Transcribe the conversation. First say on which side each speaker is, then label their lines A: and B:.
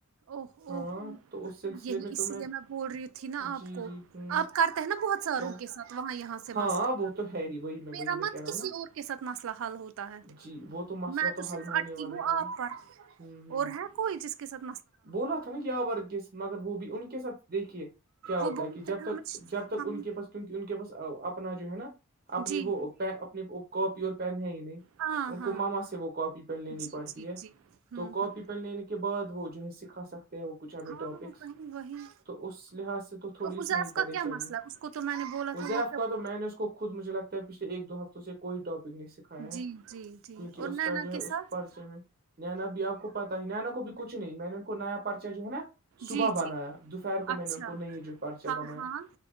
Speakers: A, on the right (about 75°); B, on the right (about 45°).
A: او اوو
B: ہاں تو اس سلسلے
A: یہی
B: میں
A: اس
B: تو
A: لیے میں بول رہی تھی نا
B: جی
A: آپ کو-
B: جی ہوں
A: آپ کرتے ہیں نا بہت ساروں
B: کیا
A: کے ساتھ وہاں یہاں سے
B: ہاں
A: مسئلے
B: وہ تو ہے ہی وہی میں
A: میرا
B: وہی میں
A: مت
B: کہہ رہا
A: کسی
B: ہوں نا
A: اور- کے ساتھ مسئلہ حل ہوتا ہے
B: جی وہ مسئلہ
A: میں تو صرف
B: حل ہونے
A: اٹکی
B: والا
A: ہوں
B: ہی ہے نا
A: آپ پر-
B: ہوں ہوں
A: اور ہے کوئی جس کے سات-
B: بولا تھا نا یا ورگ کے مگر وہ بھی ان کے ساتھ دیکھیے کیا ہوتا
A: وہ بولتے
B: ہے کہ جب
A: ہیں
B: تک
A: ہم
B: جب تک
A: ہم
B: ان کے پاس کیونکہ ان کے پاس اپنا جو ہے نا اپنی
A: جی
B: وہ- پ اپنی کاپی اور پین ہے ہی نہیں-
A: ہاں
B: ان
A: ہاں
B: کو ماما سے وہ کاپی پین لینی
A: جی
B: پڑتی
A: جی
B: ہے
A: جی ہوں
B: تو کاپی
A: ہوں
B: پین لینے کے- کے بعد وہ جو ہے سکھا سکتے- وہ کچھ ہمیں
A: ہاں
B: ٹاپکس
A: وہی وہی
B: تو ا اس لحاظ سے تو تھوڑی اس
A: حذیف
B: میں-
A: کا
B: پریشانی
A: کیا مسئلہ اس کو تو میں نے بولا
B: وزیف
A: تھا وہ کیا
B: کا
A: بو-
B: تو میں اس کو خود مجھے لگتا ہے پچھل ایک دو ہفتوں سے کوئیٹاپک نہیں س- کھایا ہے
A: جی جی جی
B: کیونکہ
A: اور نینا
B: اس کا جو ہے
A: کے ساتھ
B: اس پرچے میں نینا بھی آپ- کو پتا ہی ن ان کو بھی کچھ نہیں میں نے ان کو نیا پرچہ جو ہے نا- صبح
A: جی جی
B: بنایا دوپہر کو میں
A: اچھا
B: نے ان کو نئی جو پرچہ
A: ہاں
B: بنایا-
A: ہاں